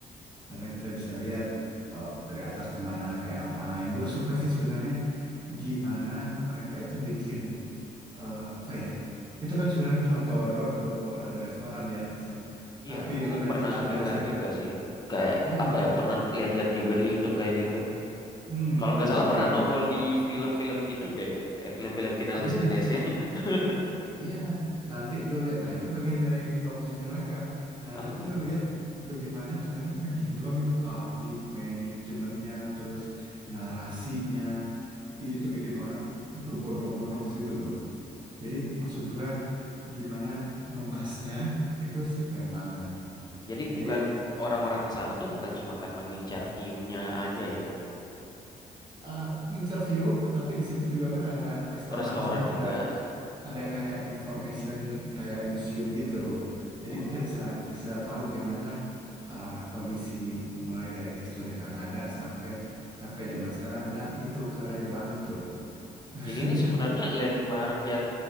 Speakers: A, on the right; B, on the left.
A: karena kita bisa lihat uh, dari atas pemandangan kayak apa. Yang gue suka sih sebenarnya gimana mereka itu bikin uh, apa ya? Itu kan sebenarnya cuma tower doang, bro. Tower ada restoran di atasnya.
B: Iya,
A: Tapi
B: aku
A: lu nanti
B: pernah
A: coba
B: dengar
A: cek.
B: juga sih. Kayak
A: Hmm,
B: apa ya? Pernah lihat-lihat juga di YouTube kayak gitu.
A: hmm,
B: Kalau nggak
A: lu
B: salah
A: cobain
B: pernah
A: nanti.
B: nongol di film-film gitu deh, kayak film-film Final
A: Hmm.
B: Destination. <laughs>
A: Iya, nanti lu lihat. Nah, itu bagian dari promosinya mereka. Nah,
B: Oh.
A: nanti lu lihat bagaimana cuman ini cuma gini doang gitu, tapi manajemennya terus narasinya itu bikin orang berbondong-bondong ke situ, Bro. Jadi
B: Hmm.
A: maksud gua gimana ngemasnya itu sih keren banget.
B: Jadi
A: Jadi
B: bukan orang-orang ke sana tuh bukan cuma karena ngincar view-nya aja ya.
A: uh, interview, tapi di situ juga kan ada restoran
B: Restoran
A: sama
B: juga.
A: ada ada kayak information kayak museum gitu. Jadi
B: Oh.
A: kita bisa bisa tahu gimana uh, kondisi mulai dari histori Kanada sampai sampai zaman sekarang dan itu keren banget, bro. <laughs>
B: Jadi ini sebenarnya landmark yang